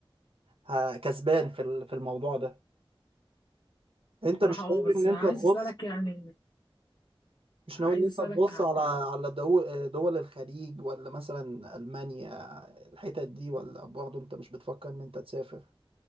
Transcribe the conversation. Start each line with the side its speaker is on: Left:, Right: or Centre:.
Right: ه- كسبان في ال- في الموضوع ده أنت
Left: بصراحة
Right: مش
Left: اه
Right: ناوي
Left: بس
Right: إن أنت
Left: أنا عايز
Right: تبص
Left: أسألك يعني
Right: مش
Left: عايز
Right: ناوي إن أنت
Left: أسألك
Right: تبص
Left: حتى
Right: على على دو- دول الخليج ولا مثلا ألمانيا الحتت دي ولا برضه أنت مش بتفكر إن أنت تسافر